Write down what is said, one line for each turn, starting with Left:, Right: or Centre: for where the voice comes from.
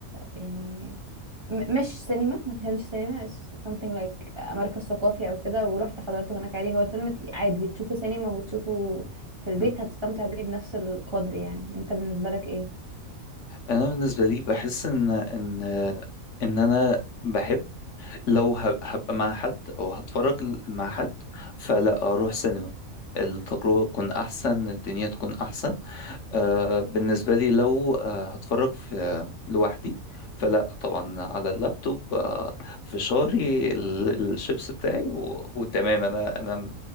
Right: يعني م- مش سينما ما كانش سينما it's something like مركز ثقافي او كده ورحت حضرته هناك عادي هو الفيلم ت- عادي تشوفه سينما وتشوفه في البيت
Left: مم.
Right: هتستمتع بيه بنفس القدر يعني انت بالنسبة لك ايه
Left: انا بالنسبه لي بحس ان ان ان انا بحب لو هب- هبقى مع حد او هتفرج ل- مع حد فلا اروح سينما التجربة تكون احسن الدنيا تكون احسن آه بالنسبة لي لو آه هتفرج في لوحدي فلا طبعا على اللابتوب آه فشاري ال- الشيبس بتاعي و... وتمام انا انا